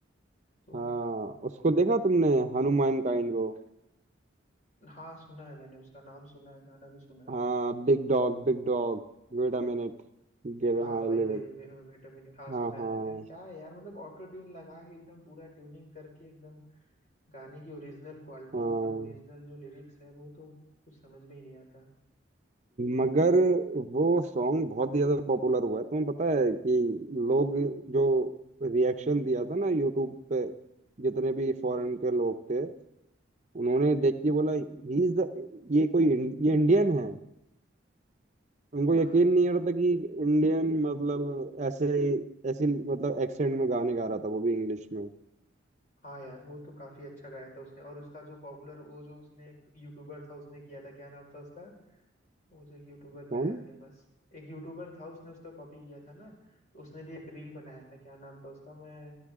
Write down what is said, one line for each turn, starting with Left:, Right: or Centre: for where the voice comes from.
Left: तो
Right: हाँ उसको देखा तुमने हनुमान काइंड को
Left: हाँ सुना है मैंने उसका नाम सुना है गाना भी सुना है
Right: हाँ big dog big dog wait a minute give
Left: हाँ
Right: हाँ
Left: वही
Right: लिव
Left: वही
Right: इट।
Left: वे, वेट अ मिनट हाँ
Right: हाँ
Left: सुना है
Right: हाँ
Left: मैंने क्या है यार मतलब ऑटो ट्यून लगा के एकदम पूरा ट्यूनिंग करके एकदम गाने की ओरिजिनल क्वालिटी
Right: हाँ
Left: मतलब ओरिजिनल जो लिरिक्स है वो तो कुछ समझ में ही नहीं आता
Right: मगर वो सॉन्ग बहुत ही ज्यादा पॉपुलर हुआ है तुम्हें पता है कि लोग जो रिएक्शन दिया था ना यूट्यूब पे जितने भी फॉरेन के लोग थे उन्होंने देख के बोला ही इज द ये कोई इं- ये इंडियन है उनको
Left: हाँ
Right: यकीन
Left: हाँ
Right: नहीं हो रहा था कि इंडियन मतलब ऐसे ऐसे मतलब एक्सेंट में गाने गा रहा था वो भी इंग्लिश में
Left: हाँ यार वो तो काफी अच्छा गाया था उसने और उसका जो पॉपुलर वो जो उसने एक यूट्यूबर था उसने किया था क्या नाम था उसका वो जो एक यूट्यूबर
Right: कौन
Left: था यार फेमस एक यूट्यूबर था उसने उसका कॉपी किया था ना तो उसने भी एक रील बनाया था क्या नाम था उसका मैं